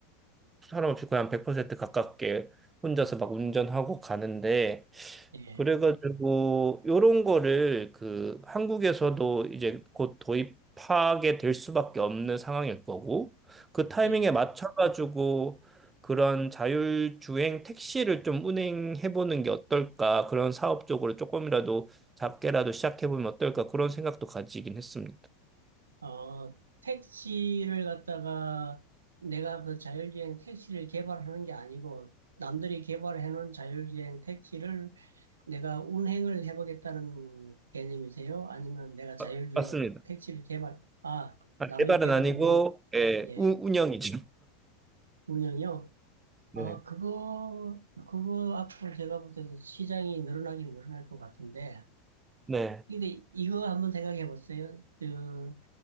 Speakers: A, on the right; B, on the right.
A: 사람없이 거의 한100% 가깝게 혼자서 막 운전하고 가는데
B: 예,
A: 그래가지고 요런 거를 그 한국에서도 이제 곧 도입하게 될 수밖에 없는 상황일 거고 그 타이밍에
B: 예.
A: 맞춰가지고 그런 자율주행 택시를 좀 운행해보는 게 어떨까 그런 사업 쪽으로 조금이라도 작게라도 시작해보면 어떨까 그런 생각도 가지긴 했습니다.
B: 어, 택시를 갖다가 내가 그 자율주행 택시를 개발하는 게 아니고 남들이 개발해 놓은 자율주행 택시를 내가 운행을 해보겠다는 개념이세요? 아니면 내가 자율주행
A: 마- 맞습니다.
B: 택시를 개발, 아,
A: 아,
B: 남이
A: 개발은
B: 개발해
A: 아니고
B: 놓은 거,
A: 예,
B: 예.
A: 우- 운영이죠.
B: 운영이요
A: 네.
B: 아, 그거, 그거 앞으로 제가 볼 때도 시장이 늘어나긴 늘어날 것 같은데.
A: 네.
B: 근데 이거 한번 생각해 보세요. 그,